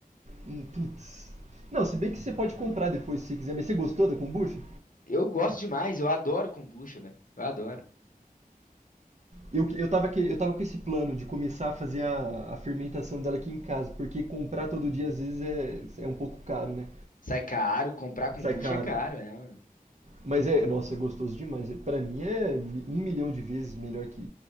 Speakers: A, on the right; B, on the left.
A: Hum, putz. Não, se bem que você pode comprar depois se você quiser, mas você gostou da kombucha?
B: Eu gosto demais, eu adoro kombucha, velho. Eu adoro.
A: Eu, que- eu tava, quer- eu tava com esse plano de começar a fazer a, a fermentação dela aqui em casa, porque comprar todo dia às vezes é, é um pouco caro, né?
B: Sai caro, comprar kombucha
A: Sai caro.
B: é caro, é. ué.
A: Mas é, nossa, é gostoso demais. É- Pra mim é mi- um milhão de vezes melhor que